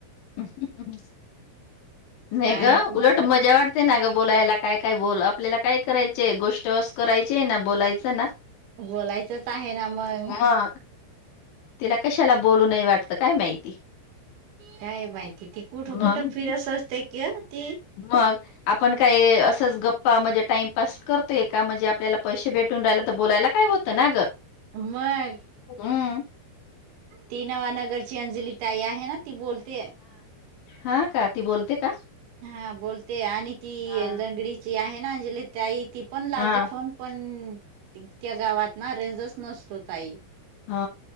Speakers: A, on the left; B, on the right.
A: हम्म्म, नाही
B: आणि
A: ग उलट मजा वाटते ना ग बोलायलाऽऽ काय काय बोल आपल्याला,, काय करायचय गोष्टस करायची आहे ना बोलायचं ना.
B: बोलायचंच आहे ना मंग
A: मग तिला कशाला बोलू नाही वाटतं काय माहिती.
B: काय माहिती ती कुठं
A: मग
B: कुठं फिरत असते किअ ती.
A: मग आपण काय असच गप्पा म्हणजे टाइम पास करतोय का,, म्हणजे आपल्याला पैसे भेटून राहिला तर बोलायऽऽ काय होतं ना गं.
B: आ मऽऽऽ
A: हं.
B: ती नवानगरची अंजली ताई आहे ना ती बोलते.
A: हाऽऽ का,, ती बोलते का.
B: हा बोलते, आणि ती
A: हां,
B: लंगडीची आहे ना अजंली ताईऽऽ ती पण लावते
A: हां.
B: फोन पणऽऽ त्या गावात नाऽ रेंजच नसतो ताई.
A: हो,